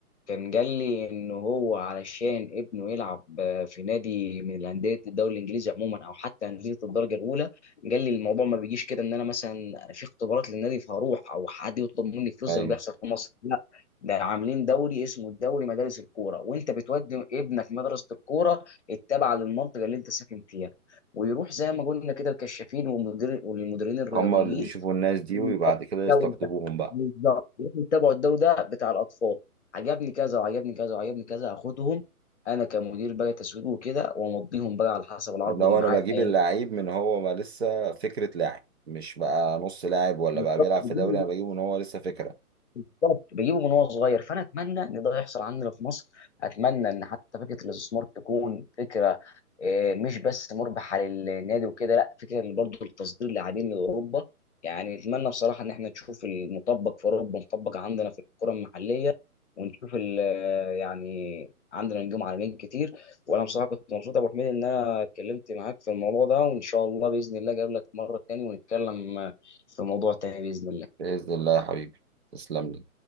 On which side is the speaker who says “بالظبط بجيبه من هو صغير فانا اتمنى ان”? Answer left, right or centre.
Left